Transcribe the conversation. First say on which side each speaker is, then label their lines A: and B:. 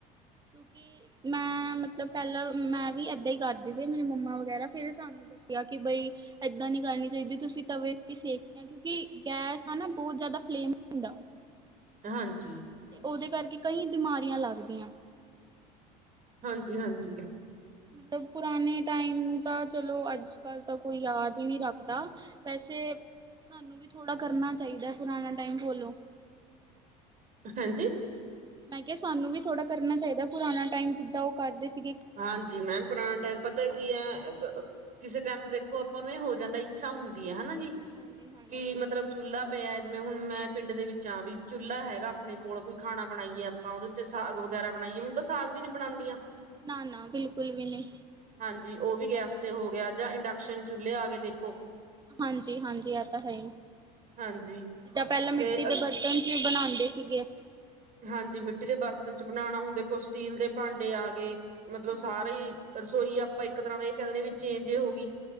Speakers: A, on the right; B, on the right.
A: ਕਿਉਂਕਿ ਮੈਂ ਮਤ ਲਬ ਪਹਿਲਾਂ ਮੈਂ ਵੀ ਏਦਾਂ ਈ ਕਰਦੀ, ਮੇਰੀ ਮੰਮਾ ਵਗੈਰਾ। ਫੇਰ ਸਾਨੂੰ ਦੱਸਿਆ ਕਿ ਬਈ ਏਦਾਂ ਨੀ ਕਰਨੀ ਚਈਦੀ, ਤੁਸੀਂ ਤਵੇ ਤੇ ਈ ਸੇਕਦੇ ਆਂ ਕਿਉਂਕਿ ਗੈਸ ਆ ਨਾ ਬਹੁਤ ਜਾ਼ਦਾ ਫਲੇਮ ਹੁੰਦਾ
B: ਹਾਂਜੀ।
A: ਤੇ ਉਹਦੇ ਕਰਕੇ ਕਈ ਬਿਮਾਰੀਆਂ ਲੱਗਦੀਆਂ।
B: ਹਾਂਜੀ, ਹਾਂਜੀ।
A: ਮਤਲਬ ਪੁਰਾਣੇ ਟਾਈਮ ਨੂੰ ਤਾਂ ਚਲੋ ਅੱਜ ਜ ਕੱਲ ਤਾਂ ਕੋਈ ਯਾਦ ਹੀ ਨੀ ਰੱਖਦਾ। ਵੈਸੇ ਸਾਨੂੰ ਵੀ ਥੋੜਾ ਕਰਨਾ ਚ ਚਈਦਾ ਪੁਰਾਣਾ ਟਾਈਮ ਬੋਲੋ
B: ਹਾਂਜੀ?
A: ਮੈਂ ਕਿਆ ਸਾਨੂੰ ਵੀ ਥੋੜ੍ਹਾ ਕਰਨਾ ਚਾਈਦਾ ਪੁਰਾਣਾ ਟਾਈਮ ਜਿੱਦਾਂ ਉਹ ਕਰਦੇ ਸੀ
B: ਹਾਂਜੀ। ਮੈਮ ਪੁਰਾਣਾ ਟਾਈਮ ਪਤਾ ਕੀ ਐ ਅ-ਬ-ਅ ਕਿਸੇ ਟਾਈਮ ਤੇ ਦੇਖੋ ਆਪਾਂ ਨੂੰ ਈ ਹੋ ਜਾਂਦਾ, ਇੱਛਾ ਹੁੰਦੀ ਐ ਹਨਾ
A: ਹਾਂਜੀ ਹਾਂਜੀ
B: ਕੀ ਮਤਲਬ ਚੁਲ੍ਹਾ ਪਿਆ ਜਿਵੇਂ ਹੁਣ ਮੈਂ ਪਿੰਡ ਦੇ ਵਿੱਚ ਆਂ, ਵੀ ਚੁੱਲਾ ਹੈਗਾ ਆਪਣੇ ਕੋਲ, ਕੋਈ ਖਾਣਾ ਬਣਾਈਏ, ਆਪਾਂ ਉਹਦੇ ਉੱਤੇ ਸਾਗ ਵਗੈਰਾ ਬਣਾਈਏ, ਹੁਣ ਤਾਂ ਸਾਗ ਵੀ ਨੀ ਬਣਾਦੀਆਂ
A: ਨਾ, ਨਾ। ਬਿਲਕੁਲ ਵੀ ਨੀ।
B: ਹਾਂਜੀ। ਉਹ ਵੀ ਗੈਸ ਤੇ ਹੋ ਗਿਆ ਜਾਂ ਇੰਡਕਸ਼ਨ ਚੁੱਲੇ ਆ ਗੇ ਦੇਖੋ
A: ਹਾਂਜੀ, ਹਾਂਜੀ ਆ ਤਾਂ ਹੈ ਈ। ਜਿੱਦਾਂ
B: ਹਾਂਜੀ
A: ਪਹਿਲਾਂ ਮਿੱਟੀ
B: ਤੇ ਅ,
A: ਦੇ ਬਰਤਨ ਚ ਈ ਬਣਾਦੇ ਸੀਗੇ।
B: ਹਾਂਜੀ। ਮਿੱਟੀ ਦੇ ਬਰਤਨ ਚ ਬਣਾਣਾ ਹੁੰਦਾ, ਕੁਛ ਸਟੀਲ ਦੇ ਭਾਂਡੇ ਆ ਗਏ ਮਤਲਬ
A: ਹਾਂਜੀ
B: ਸਾਰੇ ਈ, ਰਸੋਈ ਆਪ ਆਪਾਂ ਇੱਕ ਤਰ੍ਹਾਂ ਦਾ ਇਹ ਕਹਿਿੰਦੇ ਵੀ ਚੇਜ ਹੋ ਗਈ